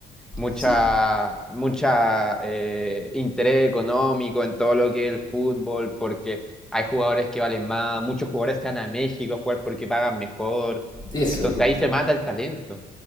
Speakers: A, in the centre; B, on the left (about 25°).
A: mucha,
B: Sí,
A: mucha eh, interés económico en todo lo que es el fútbol, porque hay jugadores que valen más, muchos jugadores se van a México a jugar porque pagan mejor.
B: eso.
A: Entonces
B: pues.
A: ahí se mata el talento.